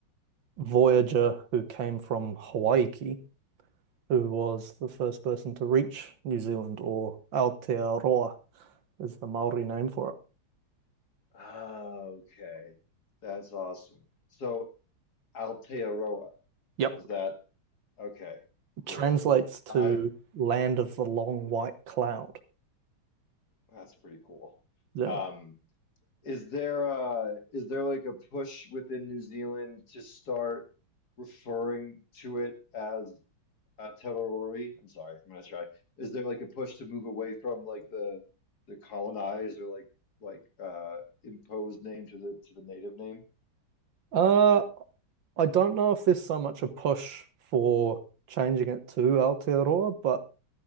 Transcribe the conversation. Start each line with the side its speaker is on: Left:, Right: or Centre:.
Right: voyager who came from Hawaii, who was the first person to reach New Zealand, or Aotearoa is the Maori name for it.
Left: Ah, okay, that's awesome. So Aotearoa
Right: Yep,
Left: was that okay? Cool.
Right: translates to
Left: I
Right: land of the long white cloud.
Left: that's pretty cool.
Right: Yeah.
Left: Um, is there uh is there like a push within New Zealand to start referring to it as uh, Terrorori, I'm sorry, I'm gonna try. Is there like a push to move away from like the the colonized or like like uh imposed name to the to the native name?
Right: Uh, I don't know if there's so much a push for changing it to Aotearoa, but